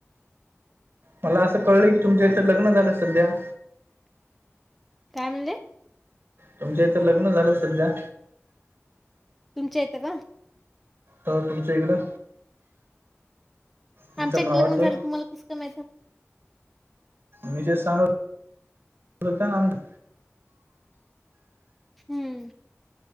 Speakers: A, on the right; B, in the centre.
A: मला असं कळलं की तुमचं तर लग्न झालं सध्या.
B: काय म्हणले?
A: तुमच्या तर लग्न झालं सध्या.
B: तुमच्या इथं का?
A: अ तुमच्या इकडं. तुमच्या
B: आमच्या इकडे
A: भावाचं
B: लग्नं झालं तुम्हाला कसं काय माहितेय?
A: मी सांग होतो न ते.
B: हम्म.